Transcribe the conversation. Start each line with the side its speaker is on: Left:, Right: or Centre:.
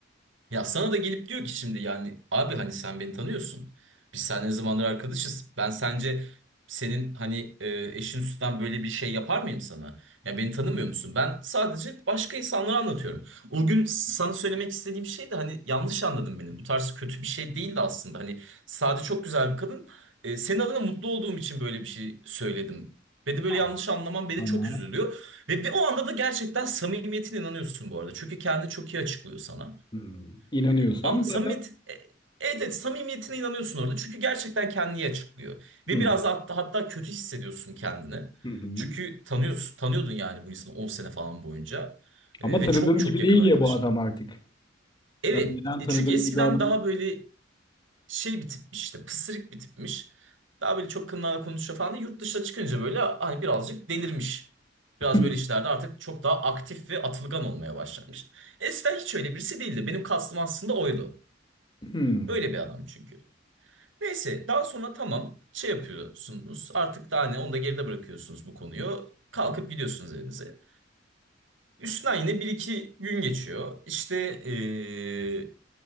Right: Ya sana da gelip diyor ki şimdi yani abi hani sen beni tanıyorsun. Biz seninle ne zamandır arkadaşız. Ben sence senin hani e, eşin üstünden böyle bir şey yapar mıyım sana? Ya beni tanımıyor musun? Ben sadece başka insanlara anlatıyorum. O gün sana söylemek istediğim şey de hani yanlış anladın beni. Bu tarz kötü bir şey değildi aslında. Hani Sade çok güzel bir kadın. E, senin adına mutlu olduğum için böyle bir şey söyledim. Beni böyle
Left: Ha,
Right: yanlış anlaman beni
Left: tamam.
Right: çok üzülüyor. Ve bir o anda da gerçekten samimiyetine inanıyorsun bu arada. Çünkü kendini çok iyi açıklıyor sana.
Left: Hmm. İnanıyorsam
Right: Ee, ama samimiyet,
Left: zaten.
Right: e- evet evet, samimiyetine inanıyorsun orada. Çünkü gerçekten kendini açıklıyor. Ve
Left: Hmm.
Right: biraz da hatta, hatta kötü hissediyorsun kendini.
Left: Hı hı.
Right: Çünkü tanıyorsun, tanıyordun yani bu insanı 10 sene falan boyunca. Ee,
Left: Ama tanıdığım
Right: ve çok çok
Left: gibi
Right: yakın
Left: değil
Right: arkadaşındı.
Left: ya bu adam artık.
Right: Evet,
Left: Önceden
Right: e,
Left: tanıdığım
Right: çünkü eskiden
Left: gibi adam.
Right: daha böyle şey bir tipmiş işte pısırık bir tipmiş. Daha böyle çok kınlarla konuşuyor falan. Yurt dışına çıkınca böyle hani birazcık delirmiş. Biraz
Left: <laughs>
Right: böyle işlerde artık çok daha aktif ve atılgan olmaya başlamış. Eskiden hiç öyle birisi değildi. Benim kastım aslında oydu.
Left: Hmm.
Right: Böyle bir adam çünkü. Neyse daha sonra tamam şey yapıyorsunuz artık daha ne onu da geride bırakıyorsunuz bu konuyu. Kalkıp gidiyorsunuz evinize. Üstünden yine bir iki gün geçiyor. İşte eee,